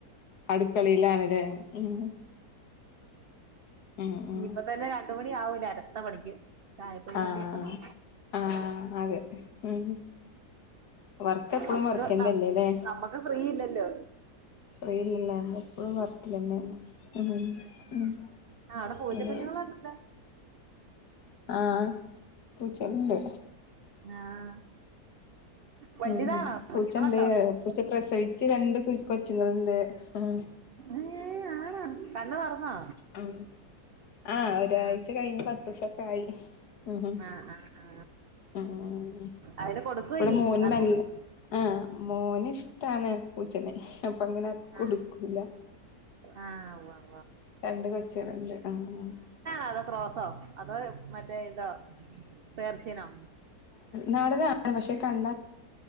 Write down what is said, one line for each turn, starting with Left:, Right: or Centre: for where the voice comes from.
Left: അടുക്കളയിലാണല്ലേ ഉം ഉം ഉം
Right: ഇപ്പ തന്നെ രണ്ടു മണി ആവല അടുത്ത പണിക്ക് ചായപരിപാടിയൊക്കെ
Left: ആഹ്
Right: നോ
Left: ആഹ് അതെ ഉം വർക്ക് എപ്പളും
Right: നമുക്ക്
Left: വർക്ക്ന്നല്ലേല്ലേ
Right: നമ്മക്ക് ഫ്രീ ഇല്ലല്ലോ
Left: അറിയില്ലല്ല അമ്മ എപ്പഴും വർക്കല്ലന്നെ ഉം ഉം
Right: ആ അവിടെ പൂച്ചക്കുഞ്ഞുങ്ങളുണ്ടല്ലേ
Left: അത ആഹ് പൂച്ചണ്ട്
Right: ആഹ് വലുതാണോ
Left: ഉം പൂച്ചണ്ട്
Right: കുഞ്ഞുങ്ങളുണ്ടോ
Left: പൂച്ച പ്രസവിച്ച് രണ്ട് കൊച്ചുങ്ങളുണ്ട് ആഹ്
Right: ഏഹ് ആണ കണ് തുറന്നോ
Left: ഉം ആഹ് ഒരാഴ്ച
Right: ആ
Left: കഴിഞ്ഞ് പത്ത് ദിവസം ആയി ഉം
Right: ആ ആ ആ
Left: ഉം
Right: അതിന് കൊടുക്കുവോ
Left: ഇവിടെ
Right: ഇനി
Left: മോൻ
Right: ആർക്കേലും
Left: നല്ല ആഹ് മോന് ഇഷ്ടാണ് പൂച്ചനെ അപ്പൊ അങ്ങനെ കൊടുക്കൂല
Right: ആ ആ <unintelligible> <unintelligible>
Left: രണ്ട് കൊച്ചുകളുണ്ട് ആ
Right: അതോ ക്രോസോ അതോ മറ്റേ ഇതോ പേർഷ്യനോ
Left: നാടനാണ് പക്ഷെ കണ്ടാ